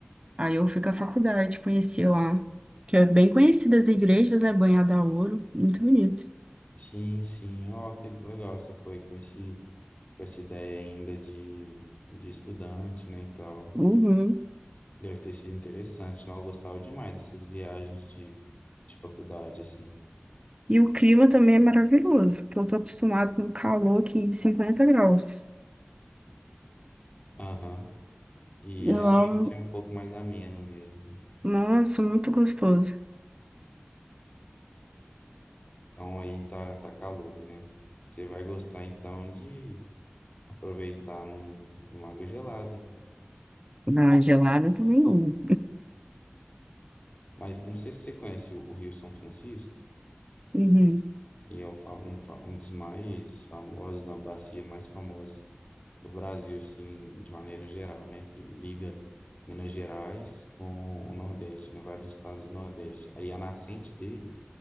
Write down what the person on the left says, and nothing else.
Sim, sim. Ó, que legal, você foi com esse, com essa ideia ainda de, de estudante, né, e tal.
Deve ter sido interessante. Não, eu gostava demais dessas viagens de, de faculdade, assim.
Aham. E
realmente é um pouco mais ameno mesmo.
Então aí tá, tá calor, né? Você vai gostar então de aproveitar num, numa água gelada, pô.
Mas eu não sei se você conhece o, o Rio São Francisco.
que é o fa- um, fa- um dos mais famosos, na bacia mais famosa do Brasil, assim, de maneira geral, né? Que liga Minas Gerais com o Nordeste, né? Vários estados do Nordeste. Aí a nascente dele,